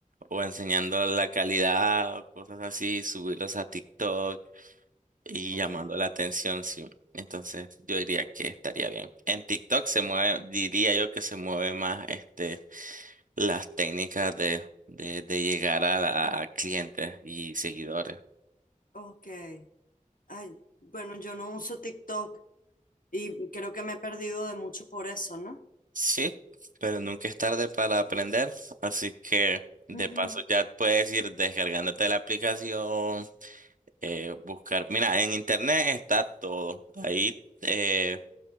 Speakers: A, on the right (about 75°); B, on the left (about 80°).
A: o enseñando la calidad o cosas así, subirlos a TikTok y
B: Ok,
A: llamando la atención, sí. Entonces, yo diría que estaría bien. En TikTok se mueve, diría yo que se mueve más este las técnicas de, de, de llegar a, la- a clientes y seguidores.
B: ok. Ay, bueno, yo no uso TikTok. Y creo que me he perdido de mucho por eso, no
A: Sí, pero nunca es tarde para aprender, así que de
B: Ujú,
A: paso ya puedes ir descargándote la aplicación, eh, buscar. Mira, en internet está todo, ahí, eh,